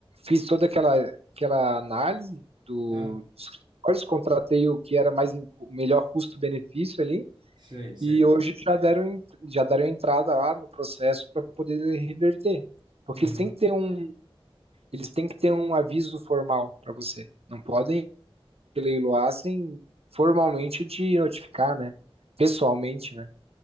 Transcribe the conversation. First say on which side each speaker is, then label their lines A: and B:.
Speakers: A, on the right (about 80°); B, on the right (about 50°).
A: fiz toda aquela, aquela análise do,
B: Ah,
A: dos escritórios, contratei o que era mais o melhor custo-benefício ali,
B: sei, sei.
A: e hoje já deram, já deram entrada lá no processo para poder reverter. Porque
B: Uhum.
A: eles têm que ter um, eles têm que ter um aviso formal para você. Não podem leiloassem formalmente de notificar, né? Pessoalmente, né?